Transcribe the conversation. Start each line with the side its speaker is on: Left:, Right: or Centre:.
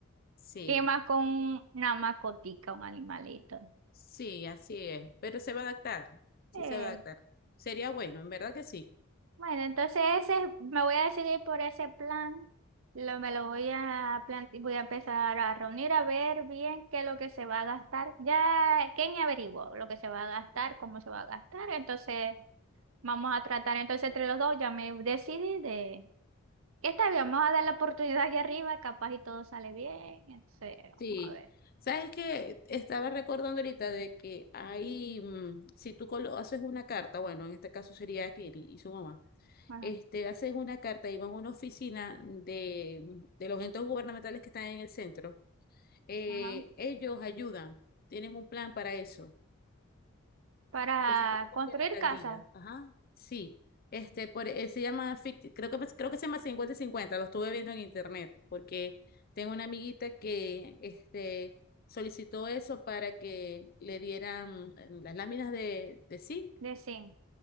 Left: Sí.
Right: ¿Qué más con una macotica, un animalito?
Left: Sí, así es, pero se va a adaptar, sí
Right: Eh,
Left: se va a adaptar. Sería bueno, en verdad que sí.
Right: bueno, entonces ese, me voy a decidir por ese plan. Lo, me lo voy a plante- voy a empezar a reunir a ver bien qué es lo que se va a gastar. Ya Kenny averiguó lo que se va a gastar, cómo se va a gastar. Entonces vamos a tratar entonces entre los dos. Ya me decidí de que está bien, vamos a dar la oportunidad allá arriba, capaz y todo sale bien. Entonces, vamos
Left: Sí.
Right: a ver.
Left: ¿Sabes qué? Estaba recordando ahorita de que hay, mm, si tú colo- haces una carta, bueno, en este caso sería Kelly y su mamá,
Right: Bueno,
Left: este, hacen una carta y van a una oficina de, de los entes gubernamentales que están en el centro. Eh,
Right: ajá.
Left: ellos ayudan, tienen un plan para eso.
Right: Para
Left: Específicamente
Right: construir
Left: en la alcaldía.
Right: casa
Left: Ajá. Sí. Este, por, eh, se llama, fic- creo que, pues, creo que se llama 50 cincuenta, lo estuve viendo en internet, porque tengo una amiguita que este, solicitó eso para que le dieran eh, las láminas de, de zinc,
Right: de zinc.